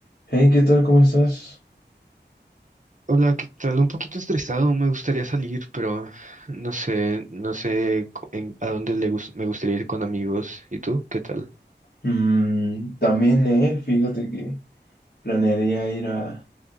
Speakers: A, on the left (about 55°); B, on the right (about 45°).
A: Hey, ¿qué tal? ¿Cómo estás?
B: Hola, ¿qué tal? Un poquito estresado, me gustaría salir, pero no sé, no sé cu- en- a dónde le gus- me gustaría ir con amigos. ¿Y tú? ¿Qué tal?
A: Mm, también, eh, fíjate que planearía ir a